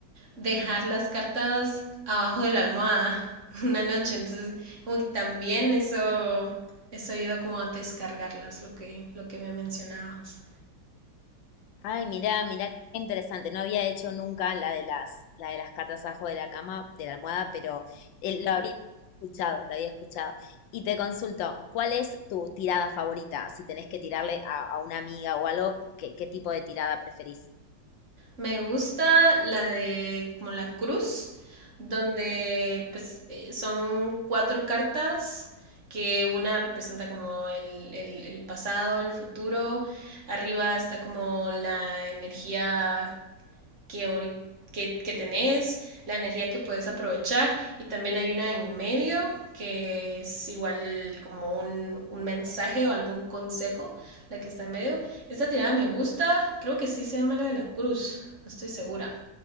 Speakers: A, on the right (about 45°); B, on the left (about 85°).
A: dejar las cartas abajo de la almohada <laughs> una noche. Entonces, como que también eso, eso ayuda como a descargarlas, lo que, lo que me mencionabas.
B: Ay, mirá, mirá, qué interesante. No había hecho nunca la de las, la de las cartas abajo de la cama, de la almohada, pero eh, lo había escuchado, lo había escuchado. Y te consulto, ¿cuál es tu tirada favorita? Si tenés que tirarle a, a una amiga o algo, ¿qué, qué tipo de tirada preferís?
A: Me gusta la de como la cruz, donde pues eh, son cuatro cartas que una representa como el, el, el pasado, el futuro, arriba está como la energía que, ahori- que, que tenés, la energía que puedes aprovechar y también hay una en medio que es igual como un, un mensaje o algún consejo, la que está en medio. Esta tirada me gusta, creo que sí se llama la de la cruz, no estoy segura.